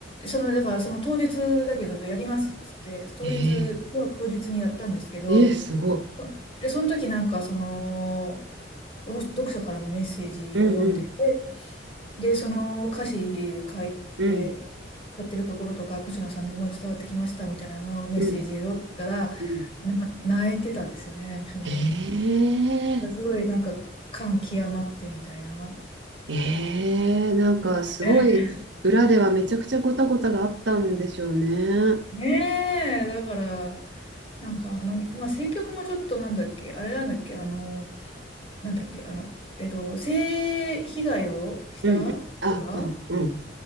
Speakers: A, on the left; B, on the right.
A: その、だから、その当日だけど、やりますっつって、当日、
B: え
A: 当日にやったんですけど、
B: ー、えー、すご
A: で、その時なんか、その、お読者からのメッセージを読んでて、
B: い。うんうん
A: で、その歌詞書いて、
B: うん
A: やってるところとか、星野さんの思い伝わってきましたみたいなのをメッセージを読んでたら、
B: うんうん。
A: なんか泣いてたんですよね、星野源。
B: えー、
A: すごいなんか感極まってみたいな。
B: えー、なんかすごい、
A: <laughs>
B: 裏ではめちゃくちゃごたごたがあったんでしょうね。
A: ねえ、だから、なんかあの、まあ、選曲もちょっとなんだっけ、あれなんだっけ、あの、なんだっけ、あの、えっと、性被害をした人が
B: うんうん。あ、うんうん。